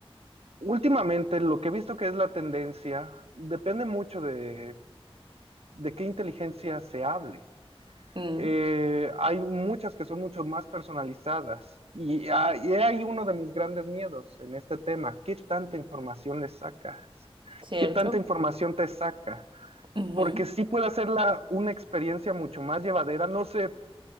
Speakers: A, on the right; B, on the right.
A: últimamente lo que he visto que es la tendencia, depende mucho de, de qué inteligencia se hable.
B: Mm,
A: Eh, hay muchas que son mucho más personalizadas y hay ahí uno de mis grandes miedos en este tema. ¿Qué tanta información le sacas?
B: cierto.
A: ¿Qué tanta información te saca?
B: Uh -huh.
A: Porque sí puede hacerla una experiencia mucho más llevadera. No sé,